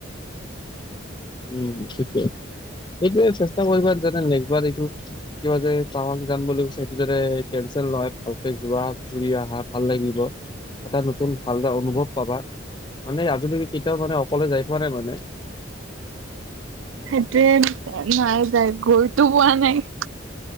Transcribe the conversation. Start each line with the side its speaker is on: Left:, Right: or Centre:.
Left: উম সেইটোৱে। সেইটোৱে চেষ্টা কৰিবা যাতে এইটো কিবা যে টাৱাং যাম বুলি কৈছা সেইটো যাতে কেন চেল নহয় ভালকে যোৱা ফুৰি আহা ভাল লাগিব। এটা নতুন ভাল এটা অনুভৱ পাবা। মানে আজি লাগি কেতিয়াও মানে অকলে যাই পোৱা নাই মানে।
Right: সেইটোৱে নাই যাই গৈতো পোৱা নাই।